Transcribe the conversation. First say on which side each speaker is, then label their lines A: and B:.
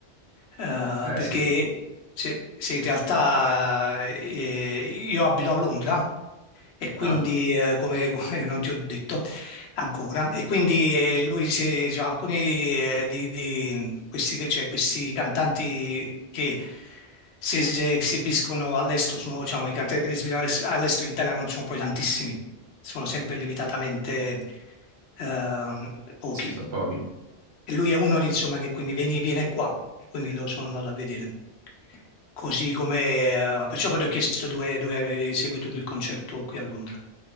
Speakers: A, on the left; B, on the right.
A: Eh,
B: eh
A: perché
B: sì.
A: se, se in realtà eh, io abito a Londra e quindi,
B: Ah,
A: eh, come, come non ti ho detto ancora, e quindi eh, lui, si- cioè, alcuni eh, di, di questi, che- cioè, questi cantanti che si es- esibiscono all'estero, sono, diciamo, i cantanti che si esibiscono all'est- all'estero in Italia non sono poi tantissimi, sono sempre limitatamente eh, pochi.
B: sì, sono pochi.
A: E lui è uno di, insomma, che quindi vieni- viene qua, e quindi lo sono andato a vedere. Così come, eh, perciò poi ti ho chiesto dove, dove avevi seguito tu il concerto qui a Londra,